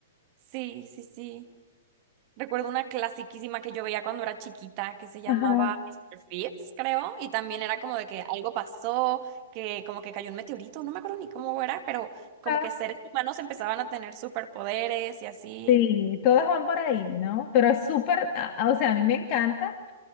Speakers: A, on the right; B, on the left.
A: Sí, sí, sí. Recuerdo una clasiquísima que yo veía cuando era chiquita que se llamaba
B: Ajá.
A: Mister Fitz, creo, y también era como de que algo pasó, que como que cayó un meteorito, no me acuerdo ni cómo era, pero como
B: Ah,
A: que seres humanos empezaban a tener superpoderes y así.
B: Sí, todas van por ahí, ¿no? Pero es súper, a- a- o sea, a mí me encanta.